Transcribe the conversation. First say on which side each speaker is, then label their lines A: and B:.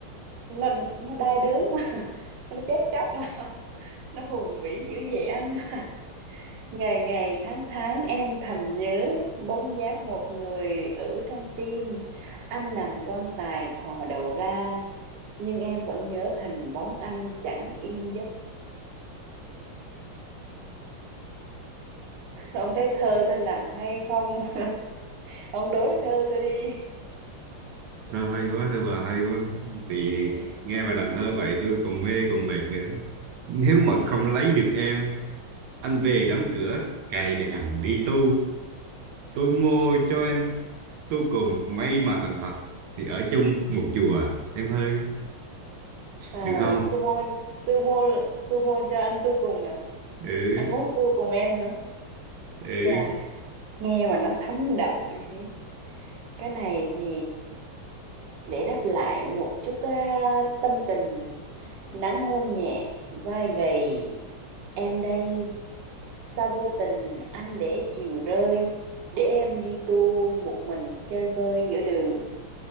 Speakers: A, on the right (about 65°); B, on the right (about 80°).
A: nó nó đai đớn mà <laughs> nó chết chóc mà nó nó hùng vĩ dữ vậy anh. <laughs> Ngày ngày tháng tháng em thầm nhớ bóng dáng một người ở trong tim. Anh nằm quan tài thò đầu ra, nhưng em vẫn nhớ hình bóng anh chẳng yên giấc. <laughs> Ông thấy thơ tôi làm hay không? <laughs> Ông đối thơ tôi đi.
B: Thơ hay quá, thơ bà hay quá. Thì
A: Ừ.
B: nghe bà làm thơ vậy tôi còn mê còn mệt nữa. Nếu mà
A: ừ.
B: không lấy được em, anh về đóng cửa cài đèn đi tu. tôi mua cho em tu cùng may mà thành Phật thì ở chung một chùa em hơi
A: À,
B: được không
A: tôi mua tôi mua tôi mua cho anh tôi cùng à?
B: ừ
A: Anh muốn tôi cùng em hả?
B: ừ
A: Chà, nghe mà nó thấm đậm ấy. Cái này thì để đáp lại một chút á, tâm tình nắng hôn nhẹ vai gầy em đây sao vô tình anh để chiều rơi để em đi tu một mình chơi vơi giữa đường